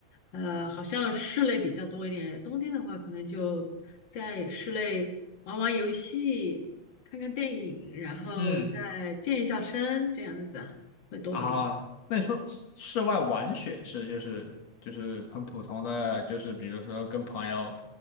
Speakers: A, on the left; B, on the left.
A: 呃，好像室内比较多一点。冬天的话，可能就在室内玩玩游戏，看看电影，然后再健一下身，
B: 嗯
A: 这样子会多一点。
B: 啊，那你说室室外玩雪是就是就是很普通的，就是比如说跟朋友